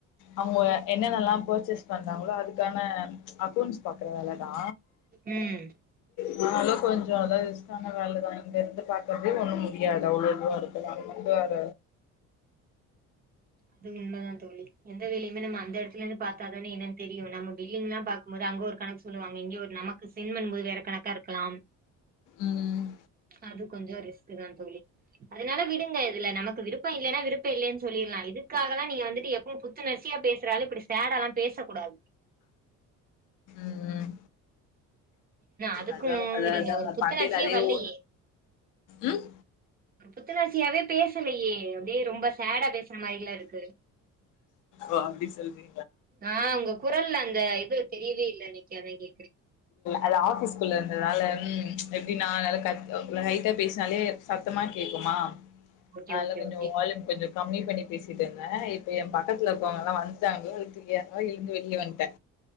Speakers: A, on the left; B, on the right.
A: அவுங்க என்னென்னல்லா பர்ச்சேஸ் பண்றாங்களோ அதுக்கான அக்கௌண்ட்ஸ் பாக்கற வேல தா
B: உம்
A: அதுனால கொஞ்ச அதாது ரிஸ்க்கான வேல தா இங்க இருந்து பாக்கறதே ஒன்னு முடியாது அவ்ளோ இதுவா <inaudible> கொண்டு வர
B: அது உண்ம தா தோழி எந்த வேலையுமே நம்ம அந்த எடத்துல இருந்து பாத்தா தானே என்னன் தெரியு நம்ம பில்லிங்லா பாக்கும்போது அங்க ஒரு கணக் சொல்லுவாங்க இங்க ஒரு நமக்கு சென்ட் பண்ணும்போது வேற கணக்கா இருக்கலாம்
A: ம்
B: அது கொஞ்சோ ரிஸ்க்கு தா தோழி அதுனால விடுங்க இதுல நமக்கு விருப்போ இல்லைனா விருப்போ இல்லைன் சொல்லிர்லா இது காகல்லா நீங்க வந்துட்டு எப்பவு புத்துணர்ச்சியா பேசுற ஆளு இப்டி சேடால்லா பேசக்கூடாது
A: ம்
B: அதுக்குங்கிறீங்க
A: அதா அதா அதா
B: ஒரு புத்துணர்ச்சியே
A: மண்டைல அதே
B: வல்லையே
A: ஓ உம்
B: ஒரு புத்துணர்ச்சியாவே பேசலையே அப்டியே ரொம்ப சேடா பேஸ்ற மாரில்ல இருக்கு
A: ஓ அப்டி சொல்றி
B: ஆஹ் உங்க குரல்ல இந்த இது தெரியவே இல்ல இன்னிக்கு அதா கேக்கறே
A: அது ஆஃபீஸ்க்குள்ள அந்த வேல ம் எப்டின்னா நல்லா கத் அ லைட்டா பேஸ்னாலே சத்தமா கேக்குமா
B: ஓகே
A: அதுல
B: ஓகே
A: கொஞ்ச
B: ஓகே
A: வால்யூம் கொஞ்ச கம்மி பண்ணி பேசிட்டுருந்தே இப்ப எம்பக்கத்துல இருக்கவுங்கல்லா வந்ட்டாங்க வீட்டுக்கெளம்ப மாரி எழுந்து வெளிய வந்ட்டே